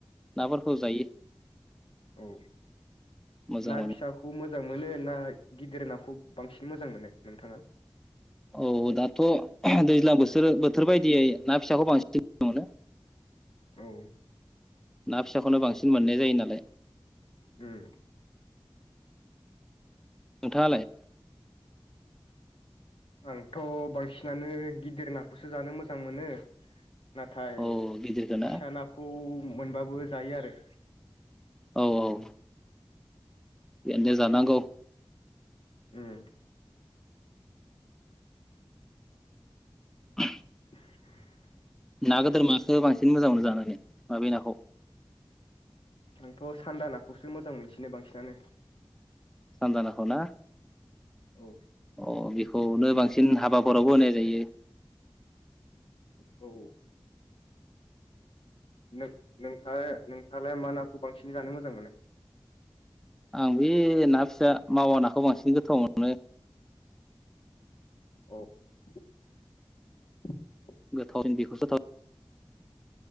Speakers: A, in the centre; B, on the left.
A: नाफोरखौ जायो
B: औ
A: मोजां
B: ना
A: मोनो
B: फिसाखौ मो मोजां मोनो ना गिदिर नाखौ बांसिन मोजां मोनो नोंथाङा
A: औ दाथ' <unintelligible> दैज्लां बोसोर बोथोर बायदियै ना फिसाखौ बांसिन गोथाव मोनो
B: औ
A: ना फिसाखौनो बांसिन मोननाय जायो नालाय
B: उम
A: नोंथाङालाय
B: आंथ' बांसिनानो गिदिर नाखौसो जानो मोजां मोनो। नाथाय
A: औ
B: फिसा
A: गिदिरखौ ना
B: नाखौ मोनबाबो जायो आरो
A: औ औ बेनो जानांगौ।
B: उम
A: <unintelligible>
B: <unintelligible>
A: ना गोदोर माखो बांसिन मोजां मोननो जानानै माबे नाखौ?
B: आंथ' सानदा नाखौसो मोजां मोनसिनो बांसिनानो
A: सानदा नाखौ ना?
B: औ
A: अ बेखौनो बांसिन हाबाफोरावबो होनाय जायो।
B: औ नों-नोंथाङा-नोंथाङालाय मा नाखौ बांसिन जानो मोजां मोनो?
A: आं बे ना फिसा मावा नाखौ बांसिन गोथाव मोनो।
B: औ <unintelligible>
A: गोथाव दिन बिखौ <unintelligible> जाथाव